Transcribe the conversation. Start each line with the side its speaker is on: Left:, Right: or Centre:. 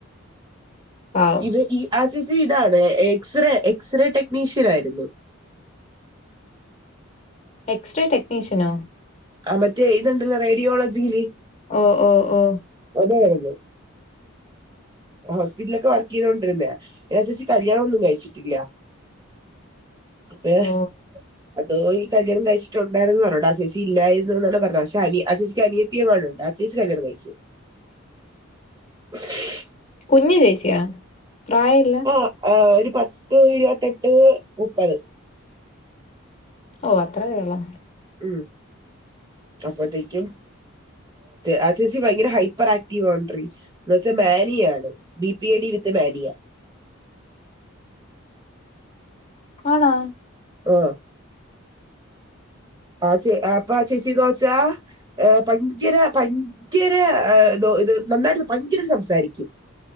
Left: പാവം
Right: ഇത് ഈ ആർ സി സി ഇതാണ് എക്സ്റേ എക്സ്റേ ടെക്നീഷ്യൻ ആയിരുന്നു.
Left: എക്സ്റേ ടെക്നീഷ്യനോ
Right: ആ മറ്റേ ഇത്ണ്ടല്ല റേഡിയോളജിയില്
Left: ഓ ഓ ഓ
Right: അതാ വരുന്നു ഹോസ്പിറ്റലൊക്കെ വർക്ക് ചെയ്തോണ്ടിരുന്നേ ആ ചേച്ചി കല്യാണം ഒന്നും കഴിച്ചിട്ടില്ല.
Left: <inaudible>
Right: <unintelligible>
Left: ഓ
Right: അതോ ഈ കല്യാണം കഴിച്ചിട്ടുണ്ടായിരുന്നുന്ന് പറഞ്ഞോ ആ ചേച്ചി ഇല്ലായിരുന്നുന്ന് എന്നാണ് പറഞ്ഞ പക്ഷെ അ <unintelligible> അനിയത്തിയങ്ങാനുംണ്ട്. ചേച്ചി കല്യാണം കഴിച്ചോ? <inaudible>
Left: കുഞ് ചേച്ചിയാ പ്രായല്ല
Right: ആ ആ ഒരു പത്ത് ഇരുപത്തെട്ട് മുപ്പത്
Left: ഓ അത്രയുള്ളോ?
Right: ഉം അപ്പത്തേക്കും ആ ചേച്ചി ഭയങ്കര ഹൈപ്പർ ആക്റ്റീവ് ആണ് ണ്ടറി. എന്ന വച്ചാ മാനിയാണ് B P A D with mania
Left: ആണോ
Right: ആഹ് ആ ചേ അപ്പ ചേച്ചി കൊച്ചാ അ് ഭയങ്കര ഭയങ്കര <unintelligible> നന്നായിട്ട് ഭയങ്കര സംസാരിക്കും.